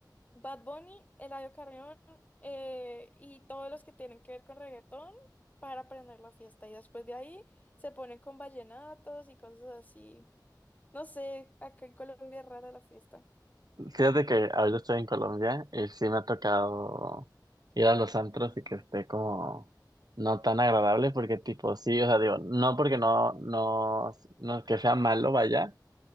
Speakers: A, on the left (about 20°); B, on the right (about 60°).
A: Bad Bunny, Eladio Carrión eh, y todos los que tienen que ver con reggaetón para aprender la fiesta. Y después de ahí se ponen con vallenatos y cosas así. No sé, acá en Colombia es rara la fiesta.
B: Fíjate que ahorita estoy en Colombia y sí me ha tocado ir a los antros y que esté como no tan agradable porque tipo, sí, o sea, digo, no porque no, no, no que sea malo, vaya,